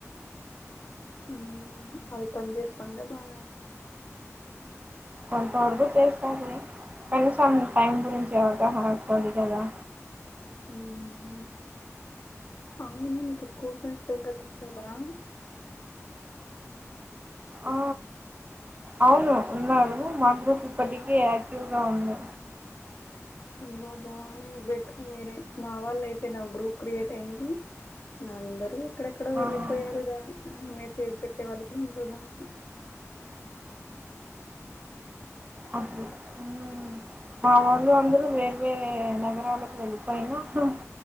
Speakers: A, on the left; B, on the right.
A: హు అది పని చేస్తందా బాగా
B: కొంతవరకు చేస్తది కనీసం టైం గురించి అవగాహన వస్తది గాదా
A: ఉహు అవును నీకు స్కూల్ ఫ్రెండ్స్ ఇంకా టట్ ఉండరా
B: ఆ అవును ఉన్నారూ మా గ్రూప్ ఇప్పటికీ యాక్టివ్గా ఉంది
A: అబ్బాబా నీ బేట్టుకు మీరే మా వాళ్ళ అయితే నా గ్రూప్ క్రియేట్ అయింది నా అందరూ ఎక్కడెక్కడో వెళ్ళిపోయారుగా
B: ఆ
A: ఆ మెసేజ్ పెట్టే వాళ్ళు కూడా ఉండరు దాంట్లో
B: అప్పుడు ఊ మా వాళ్ళు అందరు వేరే వేరే నగరాలకు వెళ్ళిపోయినా దు